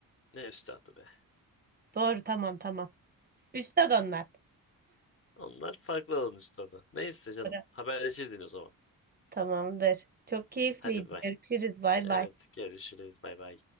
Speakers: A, on the left; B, on the right.
A: Ne üstadı be.
B: Doğru tamam tamam. Üstad onlar.
A: Onlar farklı alan üstadı. Neyse canım.
B: Doğru.
A: Haberleşiriz yine o zaman.
B: Tamamdır. Çok keyifliydi.
A: Hadi bay.
B: Görüşürüz. Bay
A: Evet
B: bay.
A: görüşürüz. Bay bay.